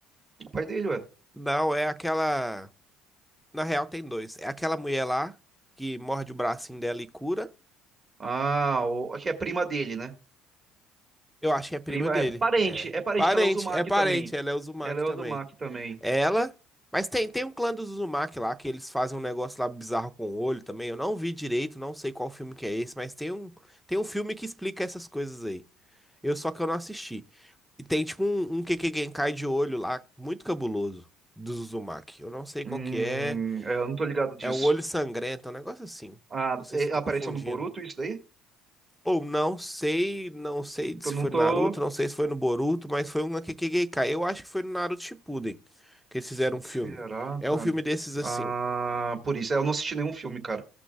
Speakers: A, on the right; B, in the centre.
A: O pai dele, ué.
B: Não, é aquela. Na real, tem dois. É aquela mulher lá que morde o bracinho dela e cura.
A: Ah, o, aqui é prima dele, né?
B: Eu acho que é prima
A: Prima,
B: dele.
A: é parente.
B: É.
A: É parente
B: Parente,
A: que ela usa o Mac
B: é parente.
A: também.
B: Ela é Uzumaki
A: Ela é
B: também.
A: usa o Mac também.
B: É Ela. Mas tem, tem um clã dos Uzumaki lá que eles fazem um negócio lá bizarro com o olho também. Eu não vi direito, não sei qual filme que é esse, mas tem um, tem um filme que explica essas coisas aí. Eu só que eu não assisti. E tem tipo um, um Keke Genkai de olho lá, muito cabuloso, do Uzumaki. Eu não sei
A: Hum,
B: qual que é.
A: é, eu não tô ligado disso.
B: É um olho sangrento, é um negócio assim.
A: Ah,
B: Não sei
A: é-
B: se eu
A: ela
B: tô
A: apareceu
B: confundindo.
A: no Boruto, isso daí?
B: Ou não sei, não sei se
A: Que eu
B: foi
A: não tô.
B: no Naruto, não sei se foi no Boruto, mas foi um Kekkei Genkai. Eu acho que foi no Naruto Shippuden que eles fizeram um filme.
A: Será,
B: É
A: cara?
B: um filme desses assim.
A: Ah, por isso. É, Eu não assisti nenhum filme, cara.